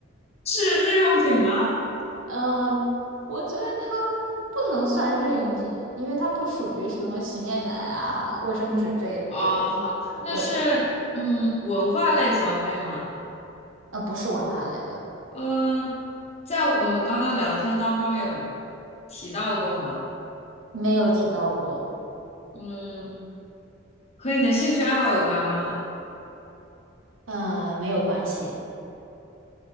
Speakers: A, on the left; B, on the right.
A: 是日用品吗？
B: 嗯，我觉得它不能算日用品，因为它不属于什么洗面奶啊、卫生纸这一种的。
A: 哦，好，那是嗯文化类消费吗？
B: 对，呃，不是文化类的，
A: 嗯，在我们刚刚聊天当中有提到过吗？
B: 没有提到过。
A: 嗯，和你的兴趣爱好有关吗？
B: 嗯，没有关系。